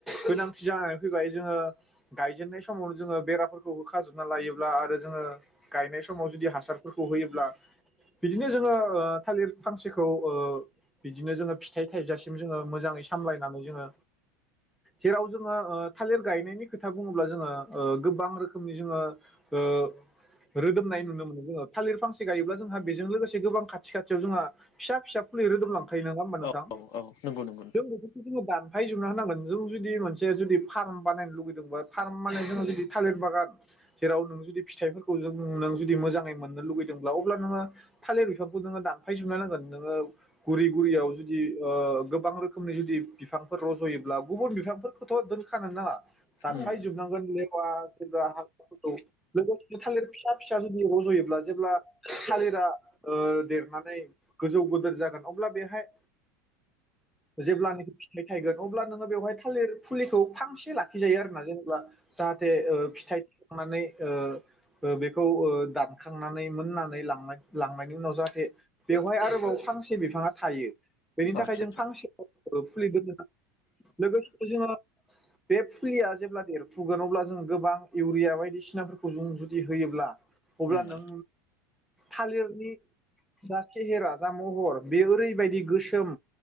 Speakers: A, in the centre; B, on the left.
A: गोनांथि जानानै फैबाय जोङो गायजेननाय समावनो जोङो बेराफोरखौ हो खाजोबना लायोब्ला आरो जोङो गायनाय समाव जुदि हासारफोरखौ होयोब्ला बिदिनो जोङो थालिर फानसेखौ ओ बिदिनो जोङो फिथाइ थाइजासिम जोङो मोजाङै सामलायनानै जोङो जेराव जोंङो थालिर गायनायनि खोथा बुङोब्ला जोङो ओ गोबां रोखोमनि जोङो ओ रोदोमनाय नुनो मोनो जोङो थालिर फांसे गायोब्ला जोंहा बेजों लोगोसे गोबां खाथि खाथियाव जोंहा फिसा फिसा फुलि रोदोमलां दंखायो नङा होनोमा नोंथां?
B: औ औ औ नंगौ नंगौ नोंथां
A: जों बेफोरखौ जोङो दान फायजोबना होनांगोन जों जुदि मोनसे जुदि फार्म बानायनो लुगैदोंबा फार्म माने जोङो जुदि थालिर बागान जेराव नों जुदि फिथाइफोरखौ जों नों जुदि मोजाङै मोननो लुगैदोंब्ला अब्ला नोङो थालिर बिफांखौ नोङो दानफायजोबना नांगोन नोङो गुरि गुरियाव जुदि ओ गोबां रोखोमनि जुदि बिफांफोर रज'योब्ला गुबुन बिफांफोरखौथ' दोनखानो नाङा। दानफाय
B: उम
A: जोबनांगोन बे अब्ला जेब्ला हाग्राफोरखौ लोगोसे थालिर फिसा फिसा जुदि रज'योब्ला जेब्ला थालिरा ओ देरनानै गोजौ गोदोर जागोन अब्ला बेहाय जेब्ला नाखि फिथाइ थायगोन अब्ला नोङो बेवहाय थालिर फुलिखौ फांसे लाखिजायो आरोना जेनेबा जाहाथे ओ फिथाइ थायखांनानै ओ बेखौ दानखांनानै मोननानै लांनाय लांनायनि उनाव जाहाथे बेवहाय आरोबाव फांसे बिफाङा थायो। बेनि थाखाय
B: आतसा
A: जों
B: आतसा
A: फांसे फुलि दोननो नांगोन लोगोसे जोङो बे फुलिया जेब्ला देरफुगोन अब्ला जों गोबां इउरिया बायदिसिनाफोरखौ जों जुदि होयोब्ला अब्ला
B: उम
A: नों थालिरनि जा सेहेरा जा महर बे ओरैबायदि गोसो गोगोम